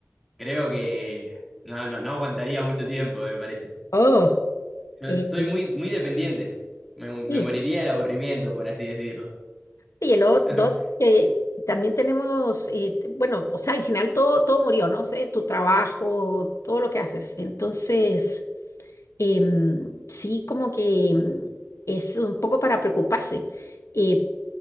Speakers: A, in the centre; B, on the left.
A: creo que no, no, no aguantaría mucho tiempo, me parece.
B: Oh,
A: Yo
B: eh,
A: soy muy, muy dependiente. Me, me
B: sí.
A: moriría del aburrimiento, por así decirlo.
B: Y el lo otro
A: <laughs>
B: es que también tenemos, eh, t- bueno, o sea, en general todo, todo murió, ¿no? sé, tu trabajo, todo lo que haces. Entonces, em, sí, como que em, es un poco para preocuparse. Eh,